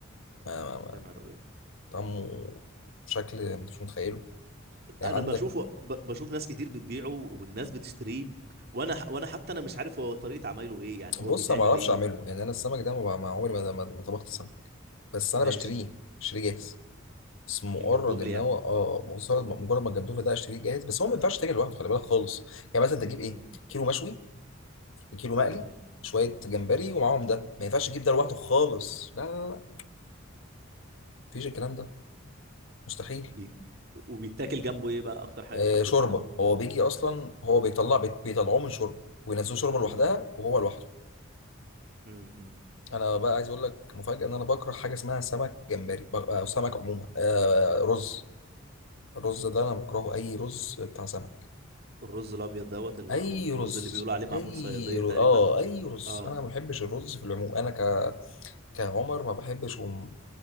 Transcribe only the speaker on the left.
ما ما ما
طعمه بشكل مش متخيله يعني
عندك
بص
انا ما اعرفش
اعمله يعني انا السمك ده ما ما عمري ما ما- ما طبخت سمك بس انا
بشتريه بشتريه جاهز بس مجرد
ان
هو اه مجرد مجرد ما الجندوفلي ده اشتريه جاهز بس هو ما ينفعش تاكل لوحده خلي بالك خالص يعني مثلا تجيب
ايه كيلو مشوي كيلو مقلي
شويه جمبري ومعاهم ده ما ينفعش تجيب ده لوحده خالص لا لا لا مفيش الكلام ده مستحيل
آه
شوربه
هو بيجي اصلا هو بيطلع بيطلعوه من شوربه وينزلوه شوربه
لوحدها وهو لوحده
انا بقى عايز اقول لك مفاجاه ان انا بكره حاجه اسمها سمك جمبري بق- او سمك عموما آه رز الرز ده انا بكرهه اي رز بتاع سمك
اي
رز
اي
رز.
اه اي رز
انا ما بحبش الرز في العموم انا ك... كعمر ما بحبش وم...